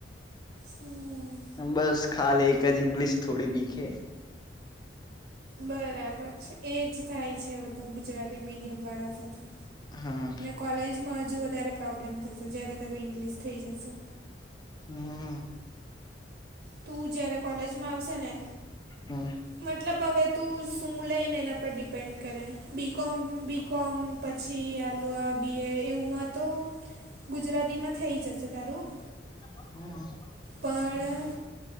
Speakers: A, on the right; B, on the left.
A: હમ,
B: બસ ખાલી એક જ ઇંગ્લિશ થોડી વીક હ.
A: બરાબર છે એજ થાય છે બધા ગુજરાતી
B: હમ
A: કોલેજમાં હજ વધ પ્રોબ્લેમ થશે જ્યારે તારું ઇંગ્લિશ થઈ જશે.
B: હમ.
A: તું જયારે કોલેજમાં આવશે ને.
B: હમ.
A: મતલબ હવે તું શું લઈને એના પર ડિપેન્ડ કરે બીકોમ બી. કોમ પછી એલઆ બિયર એવુંમાં તો. ગુજરાતી માં થઈ જશે તારું.
B: <inaudible>
A: પણ